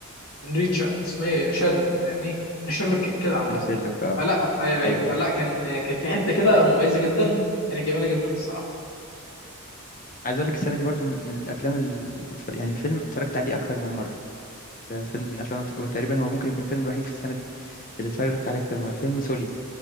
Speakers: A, on the left (about 70°); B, on the left (about 40°).
A: من ريتش من اسمه ايه شارلوك فاهمني ان شارلوك كان كده عامه
B: من شيرلوك اه
A: فلا ايوه ايوه
B: ايوه
A: فلا كان كان في حته كده مميزه جدا كانت جميله جدا الصراحه
B: عايز اقول لك السنه دي برضو من, من الافلام اللي اتفرج... يعني فيلم اتفرجت عليه اكتر من مره ده فيلم من افلام وتقريبا هو ممكن يكون الفيلم الوحيد في السنه دي اللي اتفرجت عليه اكتر من مره فيلم سولي